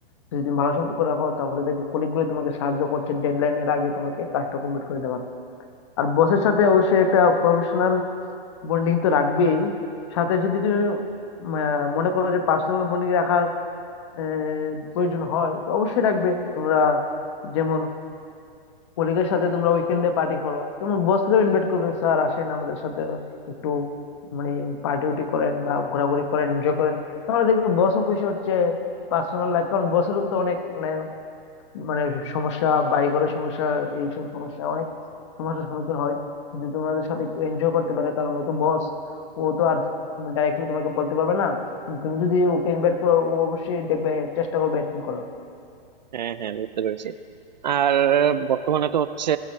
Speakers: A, on the left; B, on the right.
A: যদি তুমি ভালো সম্পর্ক রাখো তাহলে দেখবে কলিগ গুলোই তোমাকে সাহায্য করছে ডেডলাইনের আগে তোমাকে কাজটা কমপ্লিট করে দেওয়ার আর বসের সাথে অবশ্যই একটা প্রফেশনাল বন্ডিং তো রাখবেই সাথে যদি তুমি উম, আহ, মনে করো যে পার্সোনাল বন্ডিং রাখার আহ, প্রয়োজন হয় তো অবশ্যই রাখবে তোমরা যেমন কলিগের সাথে তোমরা উইকেন্ডে পার্টি করো তেমন বসকেও ইনভাইট করবে স্যার আসেন আমাদের সাথে একটু মানে পার্টি উটি করেন বা ঘোরাঘুরি করেন এনজয় করেন তাহলে দেখবে বসও খুশি হচ্ছে পার্সোনাল লাইফ কারণ বসেরও তো অনেক মানে, মানে সমস্যা বাড়িঘরের সমস্যা এইসব সমস্যা অনেক সমস্যার সম্মুখীন হয় যদি তোমাদের সাথে একটু এনজয় করতে পারে কারণ ও তো বস ও তো আর ডাইরেক্টলি তোমাকে বলতে পারবে না কিন্তু তুমি যদি ওকে ইনভাইট করো ও অবশ্যই দেখবে চেষ্টা করবে অ্যাটেন্ড করার
B: হ্যাঁ হ্যাঁ বুঝতে পেরেছি আর বর্তমানে তো হচ্ছে